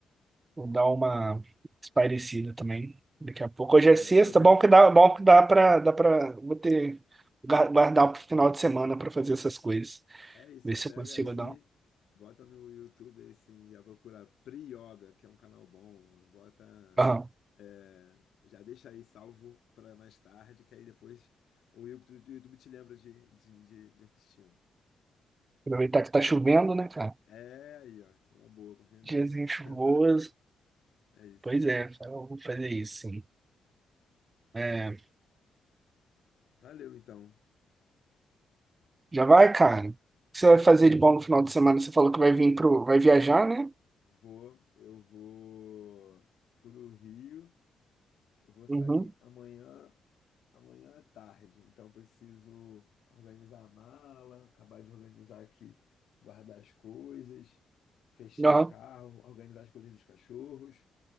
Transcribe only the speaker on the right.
vou dar uma espairecida também. Daqui a pouco. Hoje
é sexta.
Bom que dá, bom que dá pra, dá pra. Vou ter. guar- Guardar pro final de semana pra fazer essas coisas.
Ver
se
eu consigo
dar. um-
Aham.
Aproveitar que tá chovendo, né, cara?
Dias
chuvoso.
Pois é, cara, eu vou fazer isso, sim. é
Já vai, cara? O que você vai fazer de bom no final de semana? Você falou que vai vir pro. Vai viajar, né?
Uhum.
Aham.